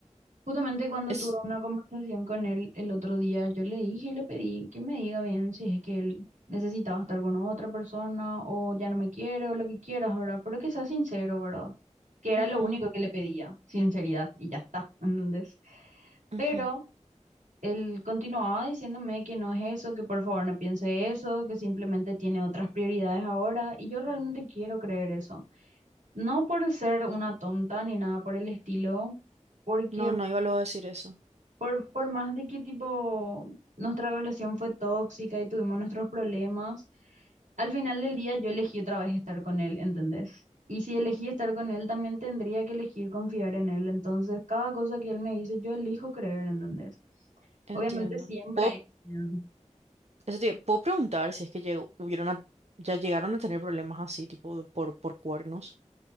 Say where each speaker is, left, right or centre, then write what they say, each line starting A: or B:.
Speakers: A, on the right (about 75°); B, on the right (about 60°).
A: Justamente cuando
B: Es...
A: tuve una conversación con él el otro día, yo le dije y le pedí que me diga bien si es que él necesitaba estar con otra persona o ya no me quiere o lo que quieras, ¿verdad? Pero que sea sincero, ¿verdad? Que era
B: ujú,
A: lo único que le pedía, sinceridad, y ya está, ¿entendés?
B: ujú.
A: Pero él continuaba diciéndome que no es eso, que por favor no piense eso, que simplemente tiene otras prioridades ahora, y yo realmente quiero creer eso. No por ser una tonta ni nada por el estilo. Porque
B: No, no iba luego a decir eso.
A: por, por más de que tipo nuestra relación fue tóxica y tuvimos nuestros problemas, al final del día yo elegí otra vez estar con él, ¿entendés? Y si elegí estar con él, también tendría que elegir confiar en él. Entonces, cada cosa que él me dice, yo elijo creer, ¿entendés?
B: Entiendo.
A: Obviamente siempre
B: ¿Puedo,
A: hay miedo.
B: eso te- puedo preguntar si es que llegó- hubieron a- ya llegaron a tener problemas así, tipo por, por cuernos?